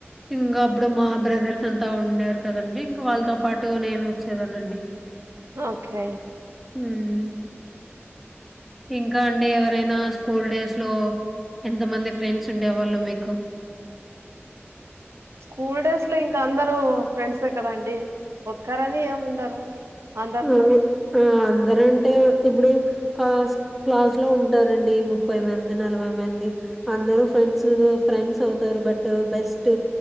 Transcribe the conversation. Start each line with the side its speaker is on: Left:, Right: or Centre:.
Centre: ఇంకా అప్పుడు మా బ్రదర్స్ అంతా ఉండారు కదండి ఇంకా వాళ్ళతో పాటు నేను వచ్చేదానండి
Right: ఓకే
Centre: హ్మ్ ఇంకా అండి ఎ రేనాష్ స్కూల్ డేస్ లో ఎంతమంది ఫ్రెండ్స్ ఉండేవాళ్ళు మీకు
Right: స్కూల్ డేస్ లో ఇంకా అందరు ఫ్రెండ్సే కదండి ఒక్కరని ఏమి ఉండరు
Centre: <unintelligible>
Right: అందరితోనూ
Centre: అందరు అంటే ఇప్పుడు ఆ క్లాస్ లో ఉంటారండి ముప్పై మంది నలభై మంది అందరు ఫ్రెండ్స్ ఫ్రెండ్స్ అవుతారు బట్ బెస్ట్